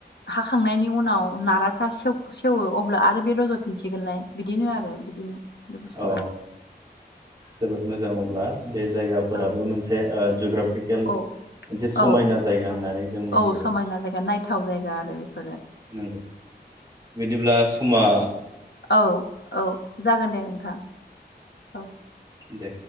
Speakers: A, on the left; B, on the right.
A: हाखांनायनि उनाव नाराफ्रा सेव-सेवो अब्ला आरो बे रज फिनसिगोनलाय बिदिनो आरो बिदिनो बे बुस्थुआ।
B: औ जोबोद मोजां अब्ला बे जायगाफोराबो
A: औ
B: मोनसे ओ जुग्राफिकेल मोनसे
A: औ
B: समायना
A: औ
B: जायगा होननानै जों मिथिगोन
A: औ समायना जायगा नायथाव जायगा आर बिफोरो
B: नोंगो बिदिब्ला खमा
A: औ औ जागोन दे नोंथां औ।
B: दे